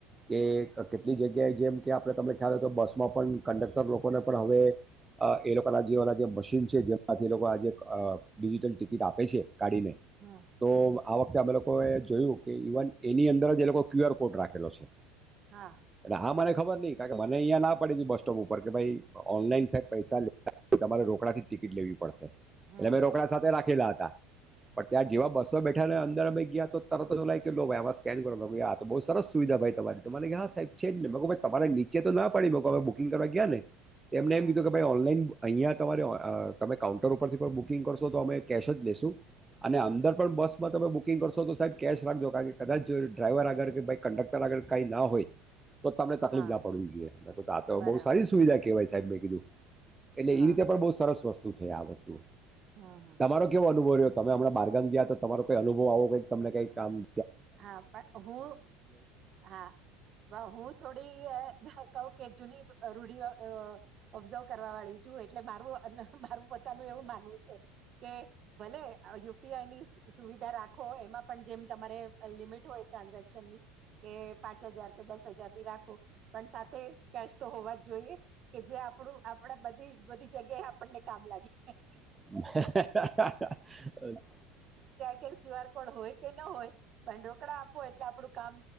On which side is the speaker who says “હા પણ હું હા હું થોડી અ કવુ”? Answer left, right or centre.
Right